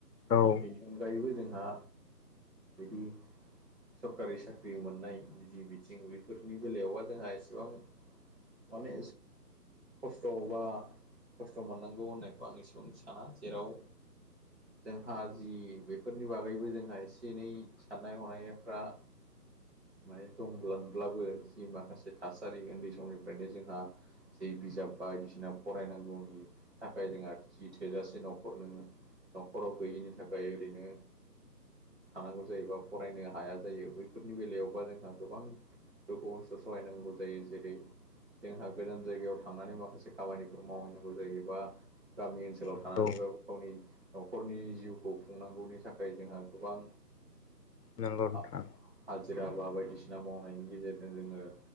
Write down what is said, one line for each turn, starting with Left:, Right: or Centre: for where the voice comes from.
Left: औ
Right: बेनि अनगायैबो जोंहा बिदि सरकारि साख्रि मोननाय बिदि बिथिं बेफोरनि बेलायावबा जोंहा एसेबां माने खस्थ' बा खस्थ' मोननांगौ होननाय बा आं एसेबा साना जेराव जोंहा जि बेफोरनि बागैबो जोंहा एसे एनै साननाय हनायफ्रा माने दंब्लानब्लाबो जि माखासे थासारि ओन्दै समनिफ्रायनो जोंहा जि बिजाब बायदिसिना फरायनांगौनि खाय जोंहा जि थोजासे न'खर नोङो न'खराव गैयिनि थाखाय ओरैनो थानांगौ जायोबा फरायनो हाया जायो बैफोरनि बेलायावबा जोंहा गोबां दुखु खसथ' सहायनांगौ जायो। जेरै जोंहा गोजान जायगायाव थांनानै माखासे खामानिफोर मावहैनांगौ जायोबा गामि ओनसोलाव
Left: नंगौ
Right: थानानैबाबो गावनि न'खरनि जिउखौ खुंनांगौनि थाखाय जोंहा गोबां
Left: नंगौ नोंथां
Right: आ हाजिरा बा बायदिसिना मावनायनि गेजेरजों जोङो